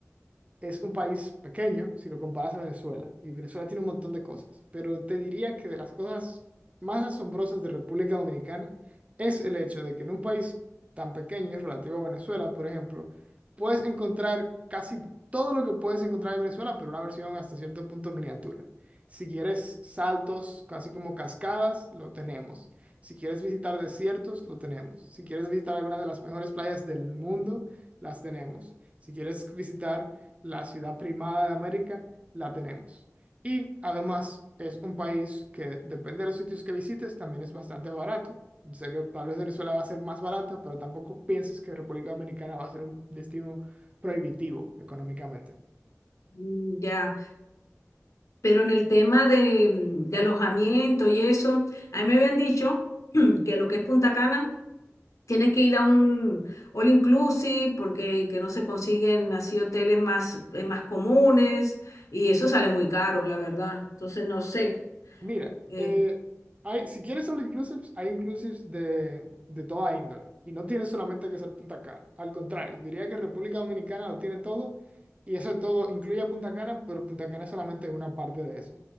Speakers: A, on the right; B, on the left.
A: es un país pequeño si lo comparas a Venezuela, y Venezuela tiene un montón de cosas, pero te diría que de las cosas más asombrosas de República Dominicana es el hecho de que en un país tan pequeño relativo a Venezuela, por ejemplo, puedes encontrar casi todo lo que puedes encontrar en Venezuela, pero una versión hasta cierto punto miniatura. Si quieres saltos, casi como cascadas, lo tenemos. Si quieres visitar desiertos, lo tenemos. Si quieres visitar alguna de las mejores playas del mundo, las tenemos. Si quieres visitar la ciudad primada de América, la tenemos. Y además es un país que depende de los sitios que visites, también es bastante barato. Sé que tal vez Venezuela va a ser más barata, pero tampoco pienses que República Dominicana va a ser un destino prohibitivo económicamente.
B: mm, ya. Pero en el tema de, mm, de alojamiento y eso, a mí me habían dicho <clears throat> que lo que es Punta Cana, tienes que ir a un all inclusive porque que no se consiguen así hoteles más, eh, más comunes y eso sale muy caro, la verdad. Entonces, no sé.
A: Mira,
B: eh,
A: eh, hay, si quieres all inclusives, hay inclusives de, de toda índole. Y no tiene solamente que ser Punta Cana. Al contrario, diría que República Dominicana lo tiene todo. Y eso todo incluye a Punta Cana, pero Punta Cana es solamente una parte de eso.